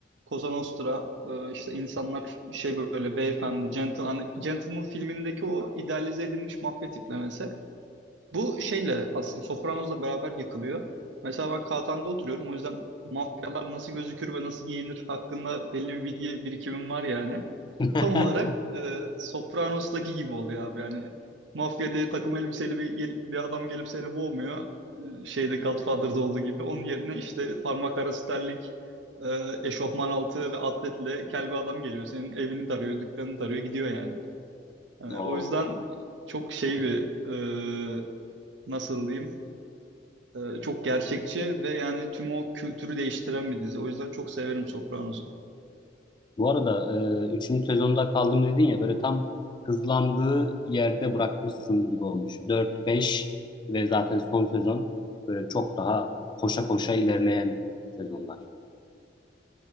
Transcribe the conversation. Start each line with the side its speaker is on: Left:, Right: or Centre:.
Right: Cosa Nostra, e, işte insanlar şey böyle beyefendi, gentleman, gentleman filmindeki o idealize edilmiş mafya tiplemesi. Bu şeyle aslında Sopranos'la beraber yakılıyor. Mesela ben Katan'da oturuyorum. O yüzden mafyalar nasıl gözükür ve nasıl giyinir hakkında belli bir bilgi birikimim var yani.
Left: <laughs>
Right: Tam olarak e, Sopranos'taki gibi oluyor abi yani. Mafya diye takım elbiseli bir, gel- bir adam gelip seni boğmuyor. E, Şeyde Godfather'da olduğu gibi. Onun yerine işte parmak arası terlik, e, eşofman altı ve atletle kel bir adam geliyor. Senin evini tarıyor, dükkanını tarıyor, gidiyor yani. Yani
Left: Oo.
Right: o yüzden çok şey bir e, nasıl diyeyim e, çok gerçekçi ve yani tüm o kültürü değiştiren bir dizi. O yüzden çok severim Sopranos'u.
Left: Bu arada e, üçüncü sezonda kaldım dedin ya böyle tam hızlandığı yerde bırakmışsın gibi olmuş. 4 5 ve zaten son sezon böyle çok daha koşa koşa ilerleyen sezonlar.